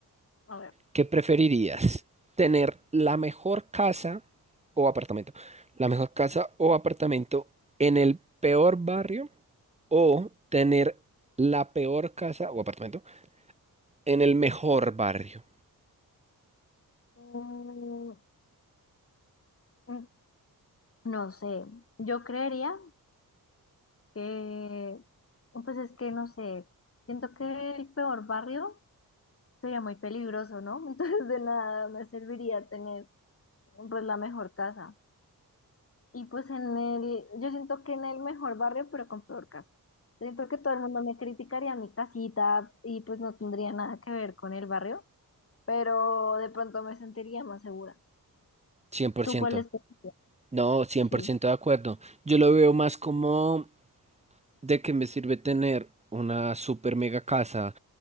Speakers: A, on the left (about 40°); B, on the right (about 20°).
A: A ver.
B: ¿Qué preferirías? ¿Tener la mejor casa o apartamento? ¿La mejor casa o apartamento en el peor barrio o tener la peor casa o apartamento en el mejor barrio?
A: Mm, mm, no sé, yo creería que, pues es que no sé, siento que el peor barrio sería muy peligroso, ¿no? <laughs> Entonces de nada me serviría tener pues la mejor casa. Y pues en el, yo siento que en el mejor barrio, pero con peor casa. Siento que todo el mundo me criticaría mi casita y pues no tendría nada que ver con el barrio, pero de pronto me sentiría más segura.
B: 100%.
A: ¿Tú cuál es tu opinión?
B: No, 100%
A: Sí,
B: de acuerdo. Yo lo veo más como ¿De qué me sirve tener una super mega casa